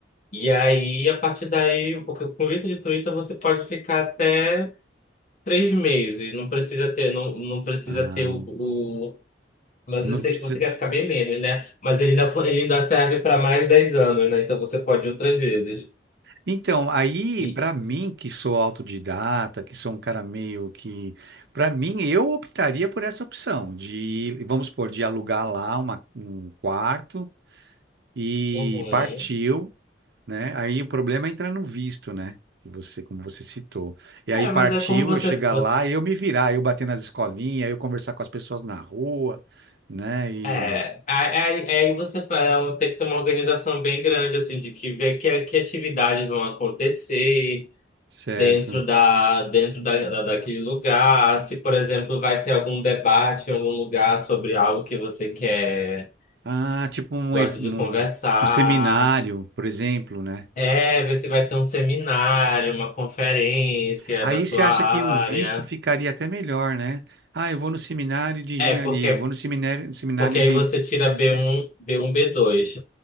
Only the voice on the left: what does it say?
E aí, a partir daí, porque com visto de turista você pode ficar até Três meses, não precisa ter, não, não precisa
ter o, o- Mas
eu sei
que você quer ficar bem menos, né? Mas ele ainda, fo- ele ainda serve para mais de 10 anos, né? Então você pode ir outras vezes.
E,
uhum.
É,
mas é como você.
você
é, aí aí- aí você fa- é um- tem que ter uma organização bem grande, assim, de que ver que, que atividades vão acontecer
dentro da, dentro da, da- daquele lugar. Se, por exemplo, vai ter algum debate em algum lugar sobre algo que você quer.
Gosto
de conversar.
É, ver se vai ter um seminário, uma conferência
da sua
área.
É, porque,
porque aí
você tira B1, B1, B2,